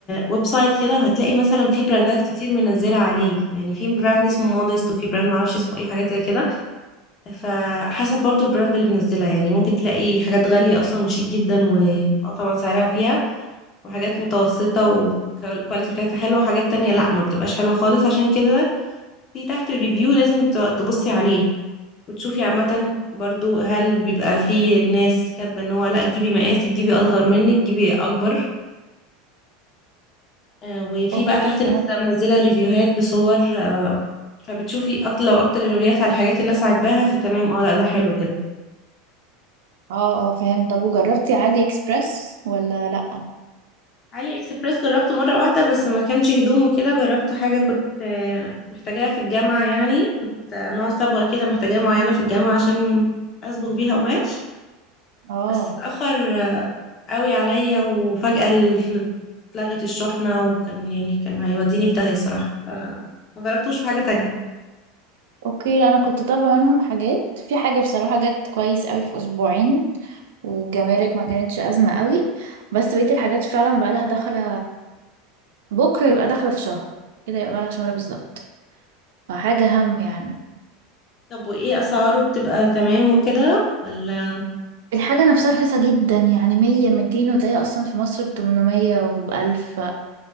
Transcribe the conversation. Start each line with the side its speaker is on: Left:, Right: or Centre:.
Left: ويب سايت كده وهتلاقي مثلا في براندات كتير منزله عليه يعني في براند اسمه مودست وفي براند معرفش اسمه ايه حاجات زي كده فحسب برضو البراند اللي منزلها يعني ممكن تلاقي حاجات غاليه اصلا وشيك جدا و اه طبعا سعرها فيها وحاجات متوسطه و- والكواليتي بتاعتها حلوه وحاجات تانية لا ما بتبقاش حلوه خالص عشان كده في تحت الريفيو لازم ت- تبصي عليه وتشوفي عامه برضو هل بيبقى فيه الناس كاتبه ان هو لا جيبي مقاسك جيبي اصغر منك جيبي اكبر آه، وفي
Right: اوكي
Left: بقى تحت لسه
Right: فهمت
Left: منزله ريفيوهات بصور آه، فبتشوفي اكتر لو اكتر الريفيوهات على الحاجات الناس عاجباها فتمام اه لا ده حلو كده
Right: اه اه فهمت طب وجربتي علي اكسبرس ولا لا
Left: علي اكسبريس جربته مره واحده بس ما كانش هدوم وكده جربته حاجه كنت آه، محتاجاها في الجامعه يعني كنت آه، نوع صبغه كده محتاجاها معينه في الجامعه عشان اصبغ بيها قماش
Right: اه
Left: بس اتاخر آه، قوي عليا وفجاه ال- اتلغت الشحنه وكان يعني كان هيوديني في داهيه صراحه ما جربتوش في حاجه تانية
Right: اوكي لا انا كنت طالبة منهم حاجات في حاجة بصراحة جت كويس قوي في اسبوعين والجمارك ما كانتش ازمة قوي بس بقية الحاجات فعلا بقى لها داخلة بكرة يبقى داخلة في شهر كده يبقى بقى لها شهر بالظبط فحاجة هم يعني
Left: طب وايه اسعاره بتبقى تمام وكده ولا
Right: الحاجة نفسها رخيصة جدا يعني مية ميتين وتلاقي أصلا في مصر بتمنمية وبألف